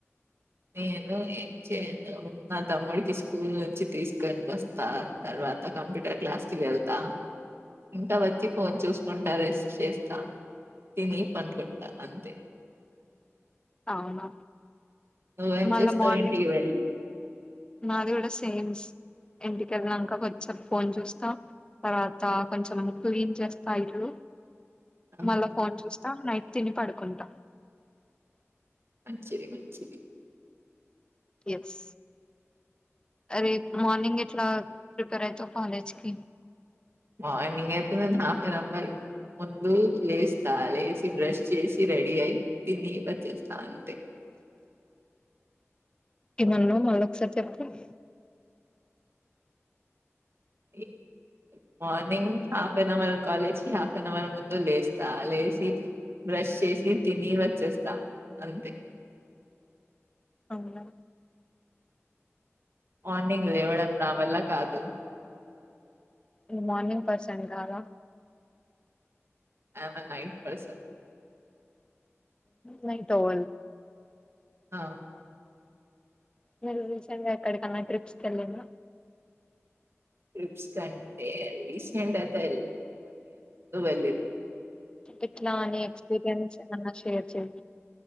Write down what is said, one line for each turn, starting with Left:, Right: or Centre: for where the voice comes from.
Right: నేనును నా తమ్ముడికి స్కూల్ నుంచి తీసుకని వస్తా తర్వాత తర్వాత కంప్యూటర్ క్లాస్ కి వెళ్తా ఇంకా వచ్చి ఫోన్ చూసుకుంటా రెస్ట్ చేస్తా తినీ పనుకుంటా అంతే
Left: అవునా
Right: నువ్వేం
Left: మళ్ళ
Right: చేస్తావు
Left: మార్నింగ్
Right: ఇంటికి వెళ్ళి
Left: మాది కూడా సేల్స్ ఇంటికి వెళ్లినాక కొంచెం ఫోన్ చూస్తా తర్వాత కొంచెం ముగ్ క్లీన్ చేస్తా ఇల్లు
Right: ఆహా
Left: మళ్ళా ఫోన్ చూస్తా నైట్ తిని పడుకుంటా
Right: మంచిది మంచిది
Left: ఎస్ రేపు మార్నింగ్ ఎట్లా ప్రిపేర్ అవుతావు కాలేజ్కి
Right: మార్నింగ్ అయితే నేను హల్ఫ్నోవర్ ముందు లేస్తా లేసి బ్రష్ చేసి రెడీ అయి తిని వచ్చేస్తా అంతే
Left: ఏమన్నా మళ్ళీ ఒకసారి చేపండి
Right: ఏ morning half an hour college కి హాఫ్ అన్ అవర్ ముందు లేస్తా లేచి బ్రష్ చేసి తిని వచ్చేస్తా అంతే
Left: అవునా
Right: మార్నింగ్ లేవడం నా వల్ల కాదు
Left: గు మార్నింగ్ పర్సన్ కాదా
Right: ఐమ్ అ నైట్ పర్సన్
Left: న టవన్
Right: ఆ
Left: మీను రీసెంట్ గా ఎక్కడికన్నా ట్రిప్స్కిళ్ళిన
Right: ట్రిప్ కంటే రీసెంట్ అయితే వెళ్ళలేదు <inaudible>
Left: ఎట్లా ఆని ఎక్స్పీిరియన్స్ ఏం అన్న షేర్ చేయి